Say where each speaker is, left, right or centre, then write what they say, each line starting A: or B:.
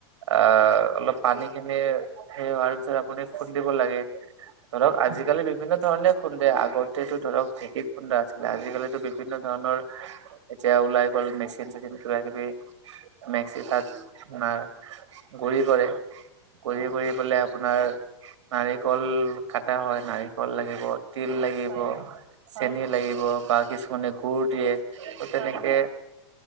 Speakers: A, on the right; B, on the right.
A: আ অলপ পানী খিনি সেই হোৱাৰ পিছত আপুনি খুন্দিব লাগে ধৰক
B: হয়
A: আজিকালি বি ভিন্ন ধৰণে খুন্দে আগতেতো ধৰক ঢেকী খুন্দা আছিলে আজিকালিতো বিভিন্ন ধৰণৰ এতিয়া ওলাই গল মেচ চীন চেচিন কিবা কিবি মেক্সি তাত আমাৰ গুৰি কৰে কৰি
B: হয়
A: কৰি পেলাই আপোনাৰ নাৰিকল কাটা হয় নাৰিকল লাগিব তিল লাগিব
B: হয় হয়
A: চেনি লাগিব বা কিছুমানে গুৰ দিয়ে ত তেনেকে
B: হয় হয়